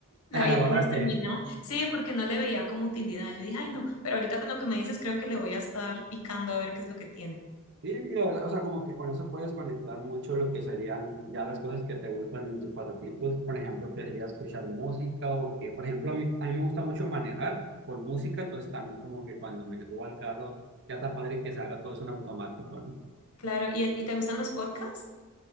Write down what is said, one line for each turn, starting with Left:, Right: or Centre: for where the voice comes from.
Left: La
Right: Ah,
Left: vi
Right: la
Left: predeterminada.
Right: borraste.
Left: Sí, porque no le veía como utilidad. Yo dije, ay, no, pero ahorita con lo que me dices, creo que le voy a estar picando a ver qué es lo que tiene.
Right: Sí, y la verdad, o sea, como que con eso puedes conectar mucho lo que serían ya las cosas que te gustan en tus pasatiempos, por ejemplo, que sería escuchar música o que, por ejemplo, a mí, a mí me gusta mucho manejar por música, entonces también como que cuando me subo al carro, ya está padre que se haga todo eso en automático, ¿no?
Left: Claro, ¿y, y te gustan los podcasts?